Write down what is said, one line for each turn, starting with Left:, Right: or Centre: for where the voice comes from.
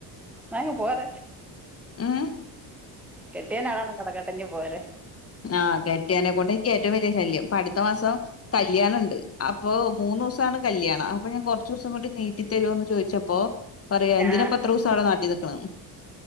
Centre: നങ്ങ പോര
Left: മ്മ്
Centre: കെട്ടിയനാളാണ് കടക്കെട്ടഞ്ഞഞ് പോരെ
Left: ആഹ് കെട്ടിയാനെക്കൊണ്ട് എനിക്ക് ഏറ്റവും വലിയ ശല്യം പഠ അത്ത മാസം കല്യാണംുണ്ട് അപ്പോൊ മൂന്ന ദിവസ കാണ് കല്യാണം അപ്പൊ ഞാൻ കുറച്ച ദിവസം കൂടി നീട്ടി തരുമോന്ന് ചോദിച്ചപ്പോ പറയാ എന്തിനാ
Centre: ആ
Left: പത്ര ദിവസം അവിടെ നാട്ടി നിക്കുന്നു